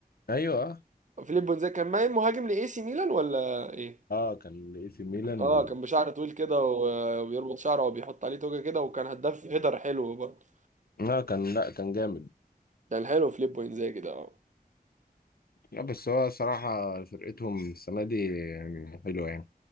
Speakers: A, on the left; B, on the right.
A: ايوه اه
B: فيليبو انزاجي كان مهاجم لاي سي ميلان ولا ايه؟
A: آه، كان اي سي ميلان
B: اه
A: و...
B: كان بشعر طويل كده و- وبيربط شعره وبيحط عليه توجه كده وكان هداف هيدر حلو برضه
A: لا كان لا كان جامد
B: كان حلو في ليبو انزاجي ده اه
A: لا بس هو صراحه فرقتهم السنه دي يعني حلوه يعني